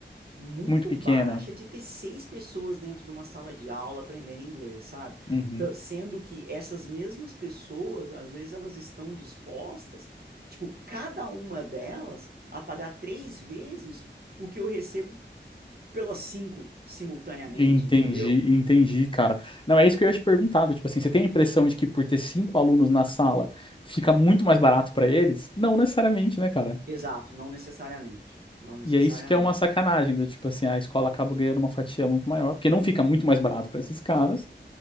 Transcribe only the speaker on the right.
muito
baixa de ter seis pessoas dentro de uma sala de aula aprendendo inglês, sabe?
Tã- sendo que essas mesmas pessoas, às vezes, elas estão dispostas, tipo, cada uma delas, a pagar três vezes o que eu recebo pelas cinco simultaneamente,
entendeu?
Exato, não necessariamente. Não necessariamente.